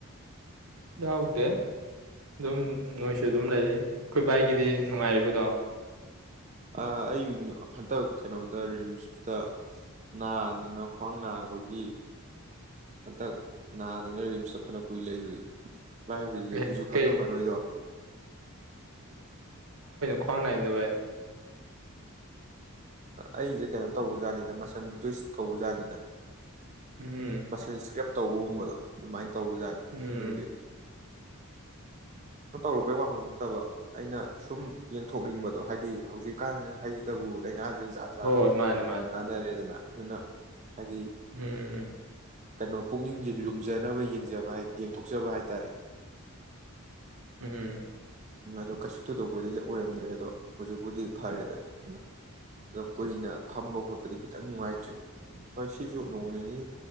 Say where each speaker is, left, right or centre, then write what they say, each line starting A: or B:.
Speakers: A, on the right; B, on the right.
A: ꯌꯥꯎꯗꯦ ꯑꯗꯨꯝ ꯅꯣꯏꯁꯨ ꯑꯗꯨꯝ ꯂꯩꯔꯤ ꯑꯩꯈꯣꯏ ꯕꯥꯏꯒꯤꯗꯤ ꯅꯨꯡꯉꯥꯏꯔꯤꯕꯗꯣ
B: ꯑꯩ ꯍꯟꯇꯛ ꯀꯩꯅꯣꯗ ꯔꯤꯝꯁꯇ ꯅꯥꯗꯅ ꯈ꯭ꯋꯥꯡ ꯅꯥꯕꯒꯤ ꯍꯟꯇꯛ ꯅꯥꯗꯅ ꯔꯤꯝꯁꯇ ꯐꯅ ꯀꯨꯏ ꯂꯩꯔꯣꯏꯏ ꯂꯥꯏ ꯍꯨꯏꯁꯦ
A: ꯑꯦ
B: ꯑꯗꯨꯁꯨ ꯈꯪꯉꯝꯃꯔꯣꯏꯗꯣ
A: ꯀꯩ ꯈꯣꯡ ꯅꯏ ꯅꯕꯥꯥꯏ
B: ꯑꯩꯁꯦ ꯀꯩꯅꯣ ꯇꯧꯕꯖꯥꯠꯅꯤꯗ ꯃꯁꯟ ꯇꯨꯏꯁ ꯀꯧꯕꯖꯥꯠꯅꯤꯗ
A: ꯎꯝ
B: ꯃꯁꯦꯀ ꯇꯧꯕꯒꯨꯝꯕꯗꯣ ꯑꯗꯨꯃꯥꯏꯅ ꯇꯧꯕꯖꯥꯠꯅꯤ
A: ꯎꯝ
B: ꯑꯗꯨꯒꯤ ꯀꯩꯅ ꯇꯧꯔꯨꯕꯩ ꯋꯥꯃꯝꯃꯛꯇꯕ ꯑꯩꯅ ꯁꯨꯝ ꯌꯦꯡꯊꯣꯛꯅꯤꯡꯕꯗꯣ ꯍꯥꯏꯗꯤ ꯍꯧꯖꯤꯛꯀꯥꯟ ꯍꯥꯏ ꯇꯕꯨ ꯂꯥꯏꯅꯥꯁꯦ ꯖꯥꯠ ꯖꯥꯠ
A: ꯍꯣꯏ ꯍꯣꯏ ꯃꯥꯅꯤ ꯃꯥꯅꯤ
B: ꯅꯥꯅꯔꯦꯗꯅ ꯑꯗꯨꯅ ꯍꯥꯏꯗꯤ
A: ꯎꯝ
B: ꯀꯩꯅꯣ ꯄꯨꯛꯅꯤꯡꯁꯦ ꯂꯨꯝꯖꯅꯕ ꯌꯦꯡꯖꯕ ꯌꯦꯡꯊꯣꯛꯆꯕ ꯍꯥꯏꯇꯥꯔꯦ
A: ꯍꯝ
B: ꯑꯗꯣ ꯀꯩꯁꯨ ꯊꯣꯏꯗꯣꯛꯄꯗꯤꯗꯤ ꯑꯣꯏꯔꯝꯗ꯭ꯔꯦ ꯑꯗꯣ ꯍꯧꯖꯤꯛꯄꯨꯗꯤ ꯐꯔꯦꯗ ꯑꯗꯨ ꯑꯗꯣ ꯀꯨꯏꯅ ꯐꯝꯕ ꯈꯣꯠꯄꯗꯤ ꯈꯤꯇꯪ ꯅꯨꯡꯉꯥꯏꯇ꯭ꯔꯤ ꯍꯣꯏ ꯁꯤꯁꯨ ꯅꯣꯡ ꯅꯤꯅꯤ